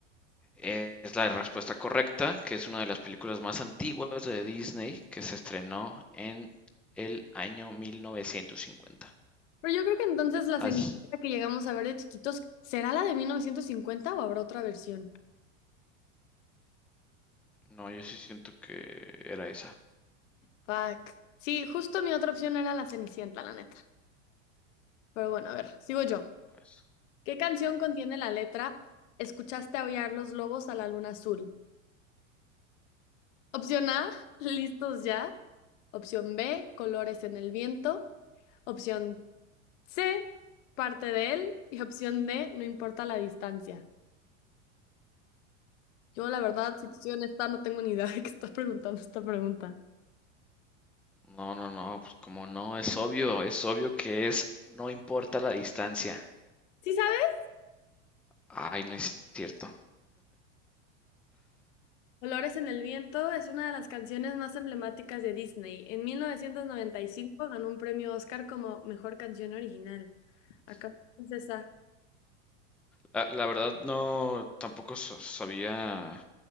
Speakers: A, in the centre; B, on the left.
A: es la respuesta correcta, que es una de las películas más antiguas de Disney que se estrenó en el año 1950.
B: Pero yo creo que entonces la
A: As-
B: Cenicienta que llegamos a ver de chiquitos, ¿será la de 1950 o habrá otra versión?
A: no, yo sí siento que era esa.
B: Fuck. Sí, justo mi otra opción era la Cenicienta, la neta. Pero bueno, a ver, sigo yo.
A: pues.
B: ¿Qué canción contiene la letra Escuchaste aullar los lobos a la luna azul? Opción A, <laughs> listos ya. Opción B, colores en el viento. Opción C, parte de él. Y opción D, no importa la distancia. Yo, la verdad, si te soy honesta, no tengo ni idea <laughs> de qué estás preguntando esta pregunta.
A: no, no, no, pues como no, es obvio, es obvio que es, no importa la distancia.
B: ¿Sí sabes?
A: Ay, no es cierto.
B: Colores en el viento es una de las canciones más emblemáticas de Disney. En 1995 ganó un premio Oscar como mejor canción original. Acá, princesa.
A: La, la verdad no, tampoco so- sabía